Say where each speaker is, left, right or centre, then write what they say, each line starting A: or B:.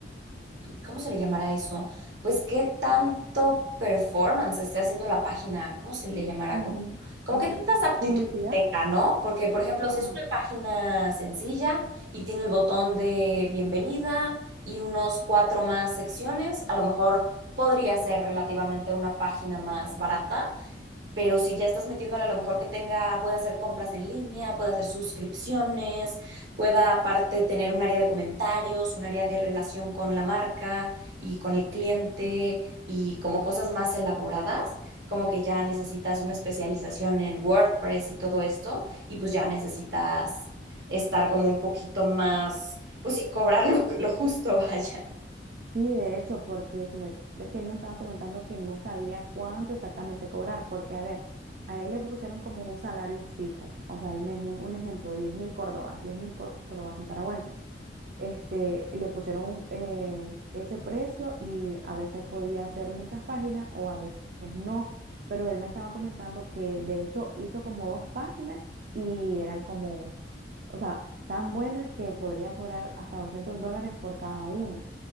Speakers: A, on the right; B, on the right.
A: ¿cómo se le llamará eso? Pues qué tanto performance esté haciendo la página, ¿cómo se le llamará?
B: Ujú,
A: Como, como
B: ujú.
A: qué tantas aptitudes
B: Publicidad.
A: tenga, ¿no? Porque, por ejemplo,
B: Ajá.
A: si es una página sencilla y tiene el botón de bienvenida y unos cuatro más secciones, a lo mejor podría ser relativamente una página más barata pero si ya estás metiéndole a lo mejor que tenga, pueda hacer compras en línea, pueda hacer suscripciones, pueda aparte tener un área de comentarios, un área de relación con la marca y con el cliente y como cosas más elaboradas, como que ya necesitas una especialización en WordPress y todo esto, y pues ya necesitas estar como un poquito más, pues sí, cobrar <laughs> lo, lo justo, <laughs> vaya.
B: Sí, de hecho, porque fíjate que él me estaba comentando que no sabía cuánto exactamente cobrar, porque a ver, a él le pusieron como un salario fijo, o sea, al mes, un, un ejemplo, diez mil córdobas, diez mil córdobas nicaragüenses. este, le pusieron eh, ese precio y a veces podía hacer muchas páginas o a veces no, pero él me estaba comentando que de hecho hizo como dos páginas y eran como, o sea, tan buenas que podría cobrar hasta 200 dólares por cada una,